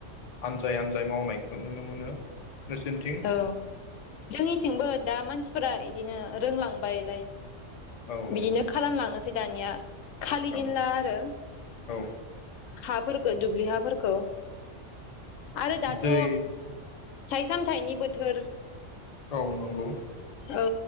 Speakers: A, on the left (about 45°); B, on the left (about 85°).
A: आनसफोर आनजाय आनजाय मावनायखौ नुनो मोनो। नोंसोरनिथिं
B: औ जोंनिथिंबो दा मानसिफोरा बिदिनो रोंलांबायलाय।
A: औ
B: बिदिनो खालामलाङोनोसै
A: मोजां
B: दानिया खालि
A: औ
B: दिनला आरो
A: औ
B: हाफोरखौ दुब्लिहाफोरखौ। आरो दाथ'।
A: दै
B: सायसाम फिथाइनि बोथोर
A: औ नंगौ।
B: औ